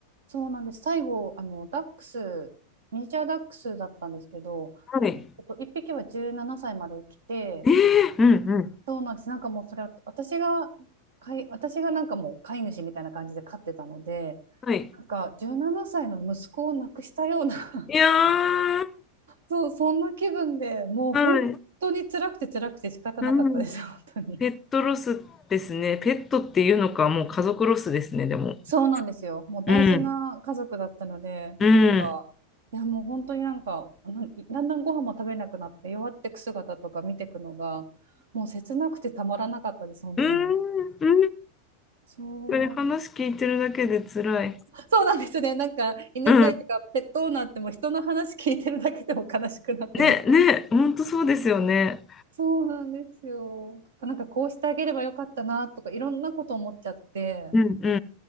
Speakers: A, on the right (about 60°); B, on the left (about 20°).
A: そうなんです。最後、あの、ダックス、ミニチュアダックスだったんですけど、
B: はい。
A: えっと、1匹は17歳まで生きて、
B: ええうんうん
A: そうなんです。なんかもうそれは、私が、飼い、私がなんかもう飼い主みたいな感じで飼ってたので、
B: はい。
A: なんか17歳の息子を亡くしたような <laughs>
B: いやー、
A: そう、そんな気分でもう本当に辛くて辛くて仕方なかったです、
B: はい。うん。
A: <laughs> 本当に。
B: ペットロスですね。ペットっていうのか、もう家族ロスですね、でも。
A: そうなんですよ。もう大事な家族だったので、
B: うん。うん。
A: なんか、いやもう本当になんか、なんだんだんご飯も食べなくなって弱ってく姿とか見てくのが、もう切なくてたまらなかったです、本当に。
B: うん。うん。
A: そう、
B: これ話聞いてるだけで辛い。
A: そうなんですね。なんか犬飼いとかペットオーナーってもう人の話聞いてるだけでも悲しくなってなんか
B: うん。ね、ね、本当そうですよね。
A: そうなんですよ。なんかこうしてあげればよかったなとかいろんなこと思っちゃって。
B: うんうんう